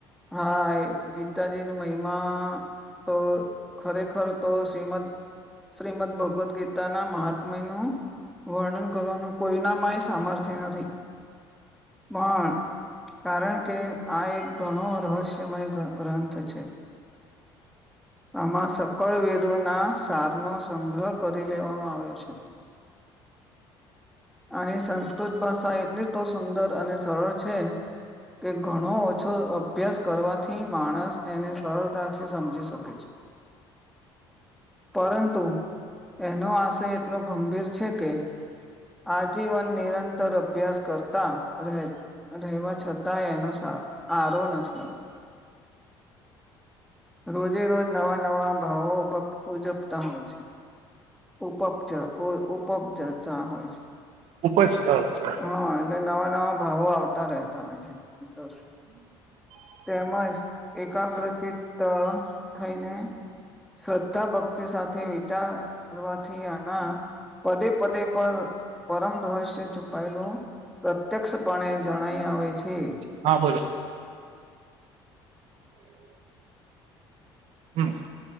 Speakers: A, in the centre; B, on the right.
A: હા એ ગીતાજી ની મહિમા તો ખરેખર તો શ્રીમદ શ્રીમદ ભગવદ્ ગીતાના મહાત્મનું વર્ણન કરવાનું કોઈનામાંય સામર્થ્ય નથી. માં પણ કારણ કે આ એક ઘણો રહસ્યમય ગ્રં ગ્રંથ છે. આમાં સકળ વેદોના સારનો સંગ્રહ કરી લેવામાં આવ્યો છે. <inaudible> અને સંસ્કૃત ભાષા એટલી તો સુંદર અને સરળ છે કે ઘણો છો અભ્યાસ કરવાથી માણસ એને સરળતાથી સમજી શકે છે. પરંતુ એનો આશય એટલો ગંભીર છે કે આજીવન નિરંતર અભ્યાસ કરતા રહે. અને રહેવા છતાંય એનો આરો નથી આવતો. રોજે રોજ નવા નવા ભાવો ઉપક ઉજપતા હોય છે. ઉપબ્જ અહ ઉપબ્જતા હોય છે.
B: ઉપજ કર છે.
A: હા એટલે નવા નવા ભાવો આવતા રહેતા હોય છે. તો સે તેમજ એકાગ્રતિતા થઈને શ્રદ્ધા ભક્તિ સાથે વિચાર વાથી આના પદે પદે પર પરમ હોય છે છુપાયેલો પ ત્યક્ષપણે જણાય આવે છે.
B: હા બોલો. હમ્મ.